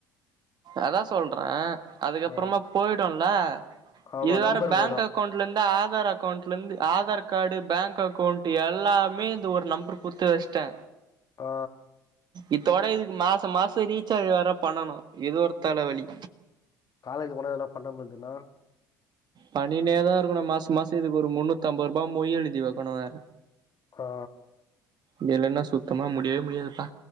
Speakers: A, on the right; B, on the left.
A: அதா சொல்றே அதுக்கப்பறமா
B: ஆ
A: போயிடுல்ல
B: ஆமா
A: இது வேற
B: நம்பர்
A: பேங்க்
B: போயிடு
A: அக்கௌண்ட்ல இருந்து ஆதார் அக் கவுண்ட்ல இருந்து ஆதார் கார்டு பேங்க் அக்கௌண்ட் எல்லாமே இந்த ஒரு நம்பர் குடுத்து வெச்ட்டே
B: ஓ
A: இத்தோட இதுக்கு மாச மாச ரீசார்ஜ் வேற பண்ணணு இதொரு தலைவலி
B: காலேஜ் போனா இதெலா பண்ணாமிருந்தினா
A: பன்னினே தா இருக்கணு மாச மாச இதுக்கு ஒரு முன்னூத்தம்பது ருபா மொய் எழுதி வெக்கணு வேற
B: ஆ ஆ
A: இதில்லனா சுத்தமா முடியவே முடியாதுப்பா